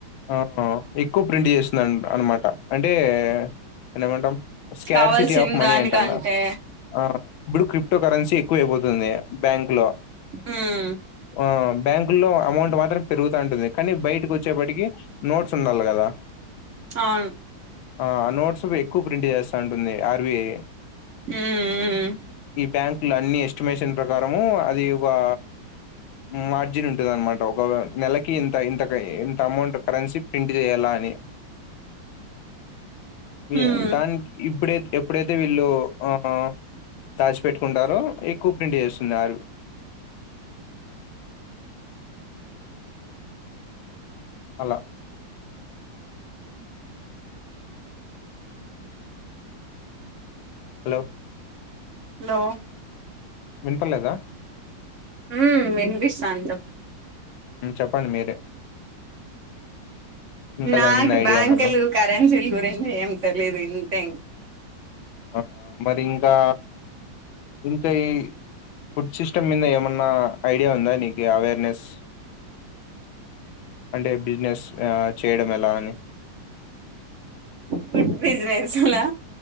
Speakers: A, on the left; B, on the right.
A: ఆహ్ ఎక్కువ ప్రింట్ చేస్తుందనమాట. అంటే దాన్ని ఏమంటాం స్కార్
B: కావాల్సిన
A: సిటీ ఆఫ్ మనీ
B: దానికంటే
A: అంటంగా. ఆహ్ ఇప్పుడు క్రిప్టో కరెన్సీ ఎక్కువ అయిపోతుంది బ్యాంక్ లో.
B: ఉమ్.
A: ఆహ్ బ్యాంకు లో అమౌంట్ మాత్రం పెరుగుతా ఉంటుంది కానీ బయటకి వచ్చేప్పటికి. నోట్స్ ఉండాలి కదా.
B: అవును.
A: ఆ నోట్స్ ఎక్కువ ప్రింట్ చేస్తా ఉంటుంది ఆర్బీఐ.
B: ఉమ్
A: ఈ బ్యాంకు లో అన్ని ఎస్టిమేషన్ ప్రకారము అది వా. మార్జిన్ ఉంటదానమాట. <unintelligible> నెలకి ఇంత ఇంత ఇంత అమౌంట్ కరెన్సీ ప్రింట్ చేయాల అని. ఇ
B: ఉమ్
A: టా దానికి ఇప్పుడై ఎప్పుడైతే వీళ్ళు ఆ దాచిపెట్టుకుంటారో ఎక్కువ ప్రింట్ చేస్తుంది ఆరు అలా హలో
B: హలో
A: వినపడలేదా
B: ఉ వినిపిస్తోంది చెప్పు
A: చెప్పండి మీరే ఇంకా
B: నాకు
A: దాని మీద ఐడియా
B: బ్యాంకులు
A: ఏమన్నా
B: కరెన్సీలు గురించి ఏం తెలేదు ఇంతే ఇం
A: ఆ మరి ఇంకా ఇంకా ఈ ఫుడ్ సిస్టమ్ మీద ఏమన్నా ఐడియా ఉందా నీకు అవేర్నెస్ అంటే బిజినెస్ చేయడం ఎలా అని
B: ఫుడ్ బిజినెస్ లా